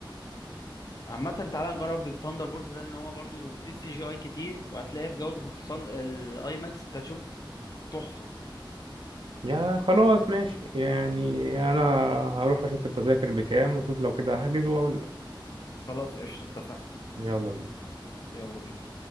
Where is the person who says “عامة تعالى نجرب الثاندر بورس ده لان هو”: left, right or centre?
Left